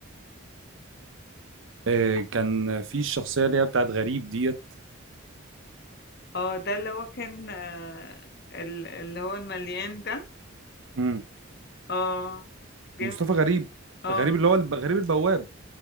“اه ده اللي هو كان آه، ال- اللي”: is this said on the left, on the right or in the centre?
Left